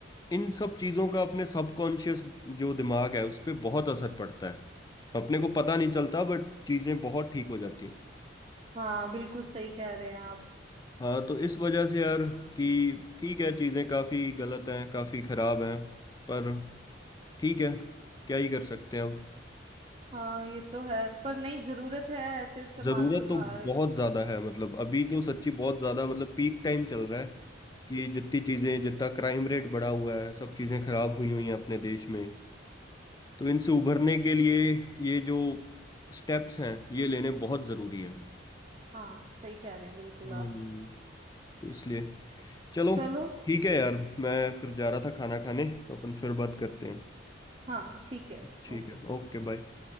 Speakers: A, on the left (about 20°); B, on the right (about 30°).
A: इन सब चीजों का अपने सबकॉन्शियस जो दिमाग है उस पर बहुत असर पड़ता है अपने को पता नहीं चलता बट चीजें बहुत ठीक हो जाती हैं
B: हाँ बिल्कुल सही कह रहे हैं आप
A: हाँ तो इस वजह से यार कि ठीक है चीजें काफी गलत हैं काफी खराब हैं पर ठीक है क्या ही कर सकते हैं अब
B: हाँ ये तो है पर नहीं जरूरत है ऐसे समाज
A: जरूरत
B: सुधार
A: तो बहुत ज्यादा है मतलब अभी तो सच्ची
B: हम्म,
A: बहुत ज्यादा मतलब पीक टाइम चल रहा है कि जितनी
B: हम्म,
A: चीजें जितना क्राइम रेट बढ़ा हुआ है सब चीजें खराब हुई हुई हैं अपने देश में तो इनसे उभरने के लिए ये जो स्टेप्स हैं ये लेने बहुत जरूरी हैं
B: हाँ सही कह रहे हैं बिल्कुल
A: हम्म
B: आप
A: तो इसलिए चलो
B: चलो
A: ठीक है यार मैं फिर जा रहा था खाना खाने तो अपन फिर बात करते हैं
B: हाँ ठीक है
A: ठीक
B: ओके
A: है ओके बाय